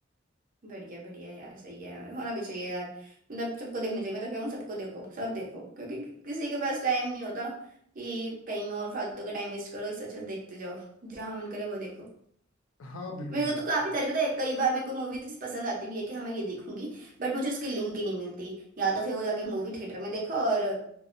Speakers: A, on the right (about 40°); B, on the left (about 80°).
A: बढ़िया बढ़िया यार सही है होना भी चाहिए यार मतलब सबको देखना चाहिए मैं तो कहूँ सबको देखो सब देखो क्योंकि किसी के पास टाइम नहीं होता कि कहीं और फालतू का टाइम वेस्ट करो इससे अच्छा देखते जाओ जहां मन करे वो देखो
B: हाँ बिल्कुल
A: मेरे को
B: यार
A: तो काफी सारे पता है कई बार मेरे को मूवीज पसंद आती भी है कि हाँ मैं ये देखूंगी बट मुझे उसकी लिंक ही नहीं मिलती या तो फिर वो जाके मूवी थिएटर में देखो और